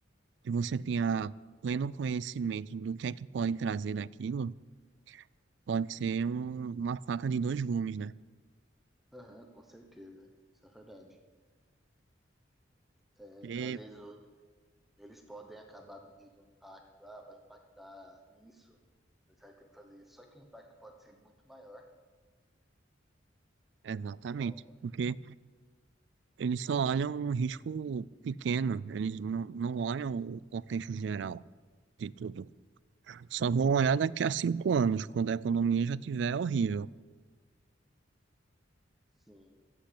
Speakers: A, on the right; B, in the centre.
A: que você tenha pleno conhecimento do que é que pode trazer daquilo, pode ser um- uma faca de dois gumes, né?
B: Aham, com certeza. Isso é verdade. É,
A: E-
B: às vezes o- eles podem acabar medindo o impacto. Ah, vai impactar isso, você vai ter que fazer isso. Só que o impacto pode ser muito maior.
A: exatamente.
B: Então,
A: Porque eles só olham um risco pequeno, eles não, não olham o contexto geral de tudo. Só vão olhar
B: sim,
A: daqui a cinco anos, quando a economia já tiver horrível.
B: sim.